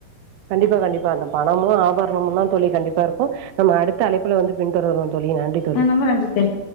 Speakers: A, on the right; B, on the left.
A: கண்டிப்பா கண்டிப்பா அந்த பணமு ஆபரணமுந்தா தோழி கண்டிப்பா இருக்கு நம்ம அடுத்த அழைப்புல வந்துத் பின்தொடர்வோ தோழி நன்றித்
B: ஆ நொம்ப நன்றித் தோழி